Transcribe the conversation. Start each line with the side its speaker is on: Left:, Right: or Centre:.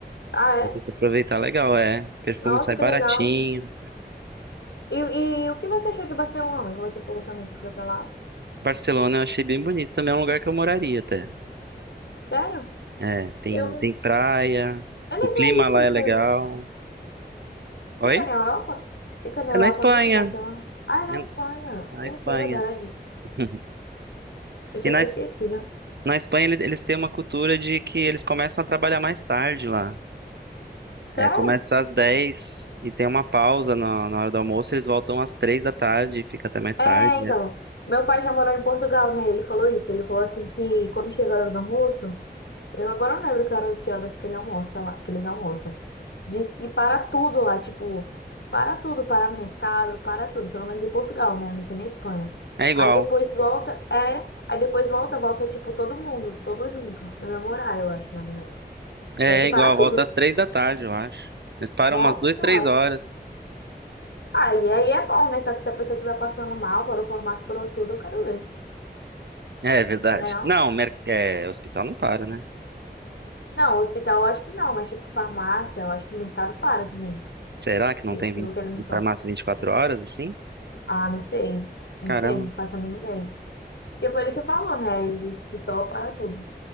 Left: Ah,
Right: dá
Left: é?
Right: pra aproveitar legal, é. Perfume
Left: Nossa,
Right: sai
Left: que
Right: baratinho.
Left: legal. E, e o que você achou de Barcelona, que você falou também que foi pra lá?
Right: Barcelona eu achei bem bonito, também é um lugar que eu moraria até.
Left: Sério?
Right: É, tem,
Left: Eu,
Right: tem praia,
Left: eu nem
Right: o clima
Left: sei onde
Right: lá
Left: fica.
Right: é legal. Oi?
Left: Fica na Europa? Fica na
Right: É
Left: Europa
Right: na Espanha.
Left: mesmo, Barcelona? Ah, é na
Right: É na
Left: Espanha.
Right: é na
Left: Putz,
Right: Espanha.
Left: é verdade.
Right: <laughs>
Left: Eu tinha
Right: E na,
Left: até esquecido.
Right: na Espanha eles, eles têm uma cultura de que eles começam a trabalhar mais tarde lá. É,
Left: Sério?
Right: começa às 10 e tem uma pausa na, na hora do almoço, eles voltam às 3 da tarde e fica até mais tarde.
Left: É,
Right: né?
Left: então, meu pai já morou em Portugal, né? Ele falou isso. Ele falou assim que quando chega a hora do almoço, eu agora não lembro que hora- que horas que ele almoça lá, que eles almoçam. Diz que para tudo lá, tipo, para tudo, para mercado, para tudo, pelo menos em Portugal, né? Não sei na Espanha.
Right: É igual.
Left: Aí depois volta, é, aí depois volta, volta tipo todo mundo, todo junto, no mesmo horário, eu acho, mais ou menos.
Right: É
Left: Só que
Right: é igual,
Left: para
Right: volta
Left: tudo.
Right: às 3 da tarde, eu acho. Eles param
Left: Nossa
Right: umas duas
Left: Senhora.
Right: três horas.
Left: Aí, aí é bom, né? Só que se a pessoa estiver passando mal, por o formato, por tudo, eu quero ver.
Right: É verdade.
Left: Né não?
Right: Não, mer- é, o hospital não para, né?
Left: Não, hospital eu acho que não, mas tipo farmácia, eu acho que mercado para também,
Right: Será que não
Left: pe-
Right: tem 20
Left: pelo que ele me falou.
Right: farmácia 24 horas assim?
Left: Ah, não sei, não
Right: Caramba.
Left: sei, não faço a mínima ideia. Porque foi ele que falou, né? Ele disse que só para tudo.